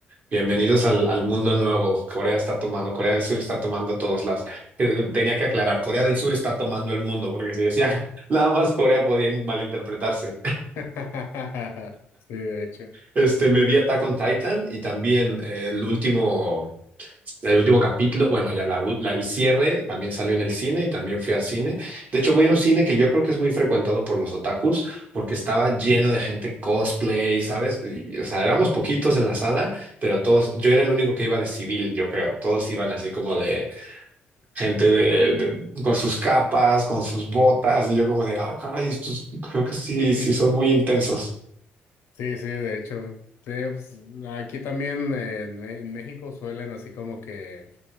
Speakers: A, on the right (about 40°); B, on the left (about 80°).
A: Bienvenidos al, al mundo nuevo. Corea está tomando, Corea del Sur está tomando todos lados. Eh, Tenía que aclarar, Corea del Sur está tomando el mundo, porque si decía <laughs> nada más Corea podía malinterpretarse.
B: <laughs> Sí, de hecho.
A: Este, me vi Attack on Titan y también eh, el último
B: Ujú.
A: El último capítulo, bueno, ya la, u- la- el cierre también salió en el cine y también fui al cine. De hecho, voy a un cine que yo creo que es muy frecuentado por los otakus porque estaba lleno
B: ¿Mm?
A: de gente cosplay, ¿sabes? Y, o sea, éramos
B: Ujú.
A: poquitos en la sala, pero todos, yo era el único que iba de civil, yo creo. Todos iban así como de gente de, de- con sus capas, con sus botas, y yo como de, ah, caray, estos creo que sí,
B: <laughs>
A: sí son muy intensos.
B: Sí, sí, de hecho. Sí, pues, aquí también eh, en, Me- en México suelen así como que